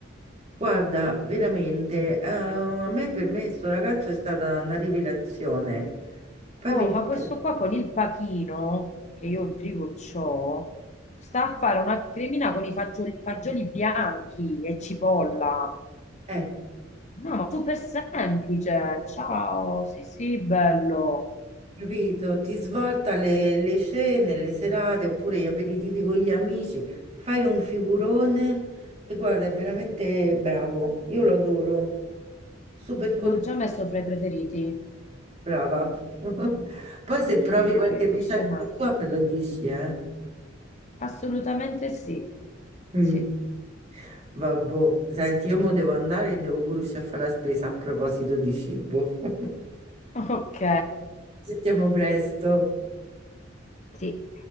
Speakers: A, on the right; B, on the left.
A: Guarda, veramente, eh, a me per me sto ragazzo è stata una rivelazione. Poi
B: Oh,
A: mi...
B: ma questo qua con il pachino, che io in frigo c'ho, sta a fare una cremina con i fagioli, fagioli bianchi e cipolla.
A: Eh,
B: No, ma super semplice. Ciao, sì, sì, bello.
A: Capito? Ti svolta le, le cene, le serate oppure gli aperitivi con gli amici, fai un figurone e guarda, è veramente bravo. Io lo adoro. Super consiglio.
B: L'ho già messo fra i preferiti.
A: Brava. <laughs> Poi se
B: Sì,
A: provi
B: sì,
A: qualche
B: sì,
A: ricetta
B: decisamente.
A: sua me lo dici, eh?
B: Assolutamente sì.
A: Mm,
B: Sì.
A: vabbò. Senti, io mo devo andare e devo pure uscire a fare la spesa a proposito di cibo. <laughs>
B: Ok.
A: Sentiamo presto.
B: Sì.